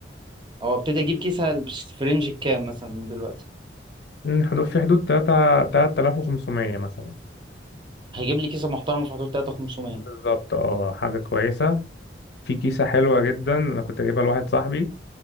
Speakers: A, on the right; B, on the left.
A: او ابتدي اجيب كيسة في رينج كام مثلا من دلوقتي
B: إن حدود في حدود تلاتة 3500 مثلا
A: هيجيب لي كيسة محترمة في حدود 3500
B: بالظبط اه حاجة كويسة في كيسة حلوة جدا أنا كنت جايبها لواحد صاحبي